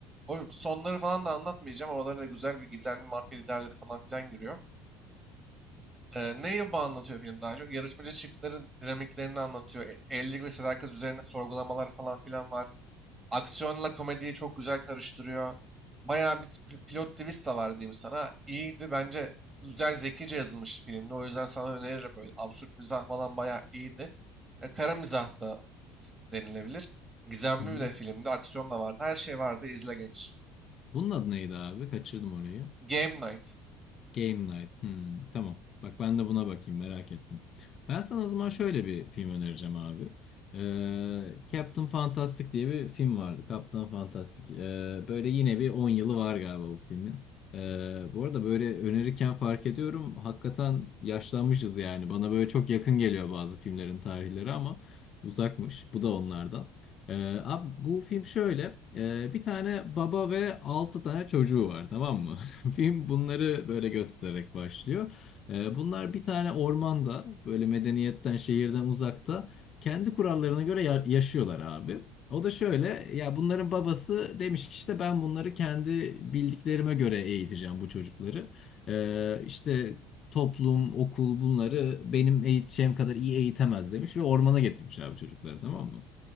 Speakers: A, on the right; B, on the left.
A: O sonları falan da anlatmayacağım. Oralarda da güzel bir gizemli mafya liderleri falan filan giriyor. Ee, neyi bu anlatıyor film daha çok? Yarışmacı çiftlerin dinamiklerini anlatıyor. E- Evlilik ve sadakat üzerine sorgulamalar falan filan var. Aksiyonla komediyi çok güzel karıştırıyor. Bayağı bir t- pilot twist de var diyeyim sana. İyiydi bence. Güzel zekice yazılmış filmdi. O yüzden sana öneririm böyle. Absürt mizah falan bayağı iyiydi. E, kara mizah da s- denilebilir. Gizemli
B: hı.
A: bir de filmdi. Aksiyon da vardı. Her şey vardı. İzle geç.
B: Bunun adı neydi abi? Kaçırdım orayı.
A: Game Night.
B: Game Night. Hmm, tamam. Bak ben de buna bakayım merak ettim. Ben sana o zaman şöyle bir film önereceğim abi. Ee, Captain Fantastic diye bir film vardı. Captain Fantastic. Ee, böyle yine bir 10 yılı var galiba bu filmin. Ee, bu arada böyle önerirken fark ediyorum. Hakikaten yaşlanmışız yani. Bana böyle çok yakın geliyor bazı filmlerin tarihleri ama uzakmış. Bu da onlardan. Ee, abi bu film şöyle. Ee, bir tane baba ve 6 tane çocuğu var tamam mı? <laughs> Film bunları böyle göstererek başlıyor. Ee, bunlar bir tane ormanda böyle medeniyetten şehirden uzakta kendi kurallarına göre ya- yaşıyorlar abi. O da şöyle ya bunların babası demiş ki işte ben bunları kendi bildiklerime göre eğiteceğim bu çocukları. Ee, işte toplum, okul bunları benim eğiteceğim kadar iyi eğitemez demiş ve ormana getirmiş abi çocukları tamam mı?